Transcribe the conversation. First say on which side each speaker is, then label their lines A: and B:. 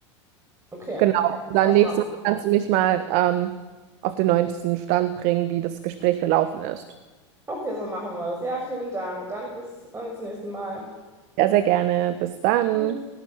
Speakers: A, on the right; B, on the right.
A: okay, ja,
B: Genau. Dann
A: das
B: nächste
A: mache ich.
B: Woche kannst du mich mal ähm, auf den neuesten Stand bringen, wie das Gespräch verlaufen ist.
A: Okay, so machen wir das. Ja, vielen Dank. Dann bis äh, zum nächsten Mal.
B: Ja, sehr gerne. Bis dann.
A: Tschüss.